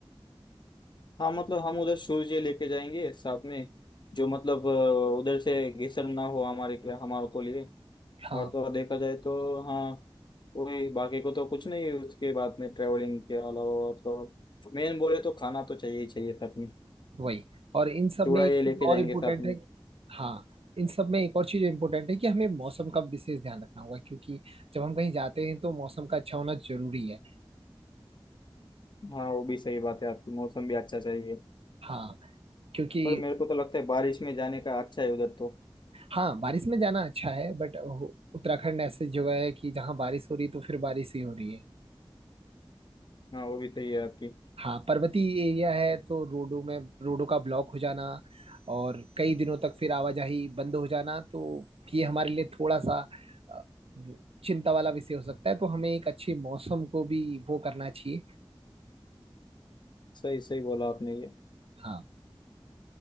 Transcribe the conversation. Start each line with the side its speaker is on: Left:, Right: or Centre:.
Left: हाँ मतलब हम उधर शूज़ लेके जाएंगे साथ में जो मतलब अ, उधर से घिसन ना हो हमारे के हमारे को लिए
Right: हाँ
Left: और तो और देखा जाए तो हाँ वही बाकी को तो कुछ नहीं है उसके बाद में ट्रेवलिंग के अलावा और तो मेन बोले तो खाना तो चाहिए ही चाहिए साथ में
Right: वही और इन सब
Left: चूड़ा
Right: में एक
Left: ये
Right: चीज
Left: लेके
Right: और
Left: जाएंगे
Right: इम्पोर्टेंट
Left: साथ में
Right: है कि हाँ इन सब में एक और चीज इम्पोर्टेंट है कि हमें मौसम का विशेष ध्यान रखना होगा क्योंकि जब हम कहीं जाते हैं तो मौसम का अच्छा होना जरूरी है
Left: हाँ वो भी सही बात है आपकी मौसम भी अच्छा चाहिए
Right: हाँ क्योंकि
Left: पर मेरे को तो लगता है बारिश में जाने का अच्छा है उधर तो
Right: हाँ बारिश में जाना अच्छा है बट उत्तराखंड ऐसी जगह है कि जहाँ बारिश हो रही तो फिर बारिश ही हो रही है
Left: हाँ वो भी सही है आपकी
Right: हाँ पर्वतीय एरिया है तो रोडों में रोडों का ब्लॉक हो जाना और कई दिनों तक फिर आवाजाही बंद हो जाना तो ये हमारे लिए थोड़ा सा अ, चिंता वाला विषय हो सकता है तो हमें एक अच्छे मौसम को भी वो करना चाहिए
Left: सही सही बोला आपने ये
Right: हाँ